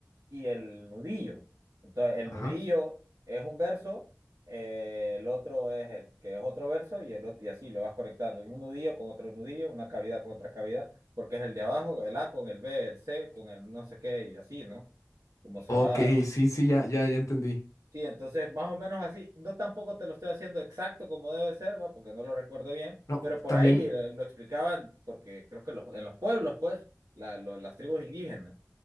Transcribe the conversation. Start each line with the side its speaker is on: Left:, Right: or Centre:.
Right: y el nudillo. Entonces, el
Left: Ajá.
Right: nudillo es un verso, eh, el otro es el que es otro verso y el otro, y así lo vas conectando. Un nudillo con otro nudillo, una cavidad con otra cavidad, porque es el de abajo, el A con el B, el C con el no sé qué y así, ¿no? Como se
Left: Ok,
Right: va
Left: sí, sí, ya, ya, ya entendí.
Right: Sí, entonces más o menos así, no tampoco te lo estoy haciendo exacto como debe ser, va, porque no lo recuerdo bien,
Left: No,
Right: pero por
Left: también,
Right: ahí eh, lo explicaban, porque creo que los, en los pueblos, pues, la- lo- las tribus indígenas,